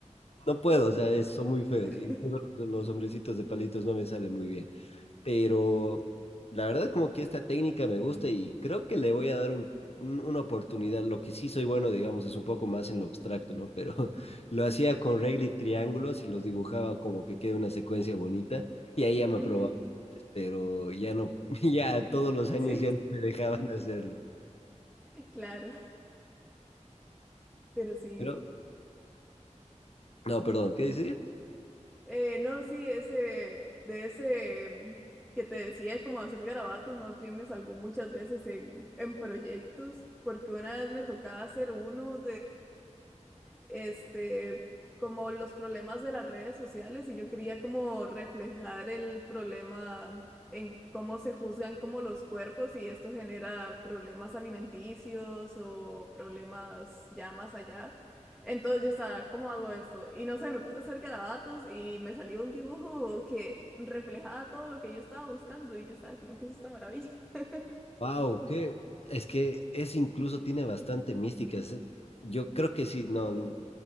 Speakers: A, on the left (about 55°); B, in the centre.
A: no puedo, o sea, es- son muy feos,
B: <laughs>
A: incluso los, los hombrecitos de palitos no me salen muy bien pero la verdad como que esta técnica me gusta y creo que le voy a dar un- un- una oportunidad. Lo que sí soy bueno, digamos, es un poco más en lo abstracto, ¿no? Pero <laughs> lo hacía con regla y triángulos y los dibujaba como que quede una secuencia bonita y ahí ya me
B: Ujú,
A: aprobaba antes, pero ya no, <laughs> ya todos los años
B: Sí,
A: ya no me dejaban hacerlo.
B: <laughs> claro, pero sí.
A: Pero, no, perdón, ¿qué decías?
B: Eh, no, sí, ese, de ese mm, que te decía como hacer garabatos, más bien me salvó muchas veces en, en proyectos, porque una vez me tocaba hacer uno este, como los problemas de las redes sociales y yo quería como reflejar el problema en cómo se juzgan como los cuerpos y esto genera problemas alimenticios o problemas ya más allá. Entonces yo estaba, ¿cómo hago esto? Y no sé, me puse a hacer garabatos y me salió un dibujo que reflejaba todo lo que yo estaba buscando y yo estaba como que es esta maravilla. <laughs>
A: Wow, que es que es incluso tiene bastante mística. es- Yo creo que sí, no,